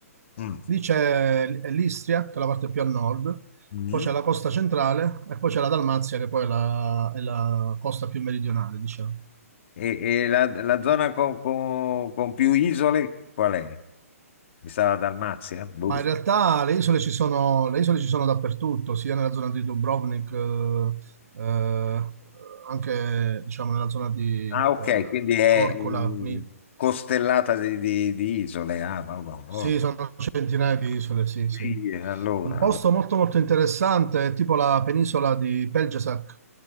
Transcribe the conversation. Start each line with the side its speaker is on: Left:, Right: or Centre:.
Left: mm,
Right: lì c'è l'Istria, che è la parte più a nord,
Left: mm.
Right: poi c'è la costa centrale e poi c'è la Dalmazia, che poi è la, è la costa più meridionale, diciamo.
Left: E- e la, la zona con, con- con più isole qual è? Mi sa la Dalmazia? Boh.
Right: Ma in realtà le isole ci sono, le isole ci sono dappertutto, sia nella zona di Dubrovnik, eh, eh, anche diciamo, nella zona di
Left: Ah,
Right: eh,
Left: ok, quindi è
Right: Korčula,
Left: mm,
Right: Mi-
Left: costellata di, di- di isole. Ah, vabbè,
Right: Sì,
Left: oh.
Right: sono centinaia di isole, sì,
Left: Sì,
Right: sì.
Left: allora.
Right: Un posto
Left: vabbè.
Right: molto molto interessante, è tipo la penisola di Pelgesac,